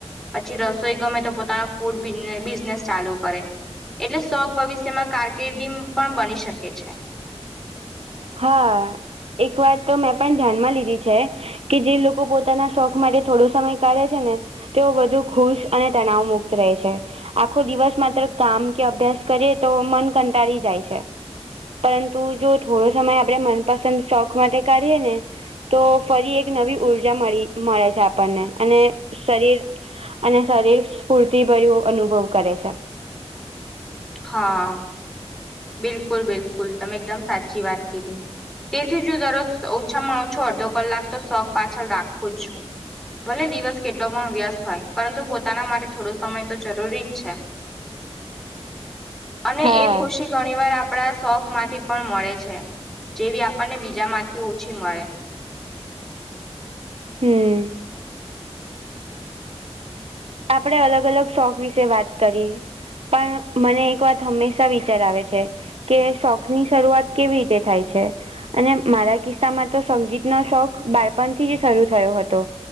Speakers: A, in the centre; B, on the right (about 60°).
A: પછી રસોઈ ગમે તો પોતાનું ફૂડ બિસીબેસ બિઝનેસ ચાલુ કરે. એટલે શોક ભવિષ્યમાં કારકિર્દી પણ બની શકે છે.
B: હા એક વાત તો મેં પણ ધ્યાનમાં લીધી છે કે જે લોકો પોતાના શોખ માટે થોડો સમય કાઢે છે ને તેઓ વધુ ખુશ અને તનાવ મુક્ત રહે છે. આખો દિવસ માત્ર કામ કે અભ્યાસ કરીએ તો મન કંટાળી જાય છે. પરંતુ જો થોડો સમય આપણેે મનપસંદ શોખ માટે કાઢીએ ને તો ફરી એક નવી ઉઊર્જા મળી મળે છે આપણને અને શરીર અને શરીર સ્ફૂર્તિભર્યું અનુભવ કરે છે.
A: હા. બિલકુલ બિલકુલ તમે એકદમ સાચી વાત કીધી. તેથી જો દરરોજ ઓછામાં ઓછું અડધો કલાક તો શોક પાછળ રાખવું જ છું. ભલે દિવસ કેટલો પણ વ્યસ્ત હોય પરંતુ પોતાના માટે થોડો સમય તો જરૂરી જ છે.
B: <inaudible>
A: અને
B: હા
A: એ ખુશી ઘણી વાર આપણા શોખ માંથી પણ મળે છે, જેવી આપણને બીજા માંથી ઓછી મળે.
B: હમ. આપણે અલગ અલગ શોખ વિશે વાત કરી. પણ મને એક વાત હંમેશા વિચાર આવે છે કે શોખ ની શરૂઆત કેવી રીતે થાય છે? અને મારા કિસ્સામાં તો સંગીતનો શોખ બાળપણ થી જ શરૂ થયો હતો.